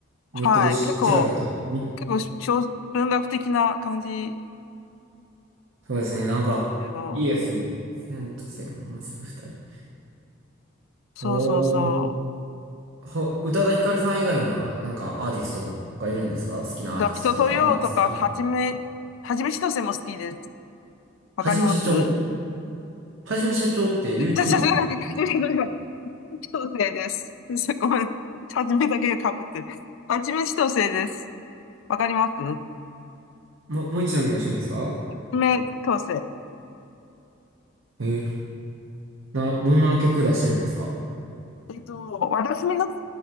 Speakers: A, on the left; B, on the right.
A: はい。
B: ネットでし調べてみ、
A: 結構、結構し小、文学的な感じ
B: そうですね、なんか、
A: ですよ。
B: いいですね。線と線を結ぶ二人。
A: そうそうそ
B: おー。ほ、宇多田ヒカルさん以外には、なんかアーティストとかいるんですか好きなアーティストとか。
A: う。だ、人とようとか、
B: まあ、好きな。
A: はじめ、はじめしとせも好きです。わかります
B: はじめしゃちょー。はじめしゃちょーって YouTuber？
A: ちゃさゃがに、<laughs> はじめしとせです。ごめん。はじめだけが被ってる。はじめしとせです。わかります
B: も、もう一度お願いしてもいいですか
A: 爪矯正。
B: え、な、どんな曲出してるんですか
A: えっと、わたすみの木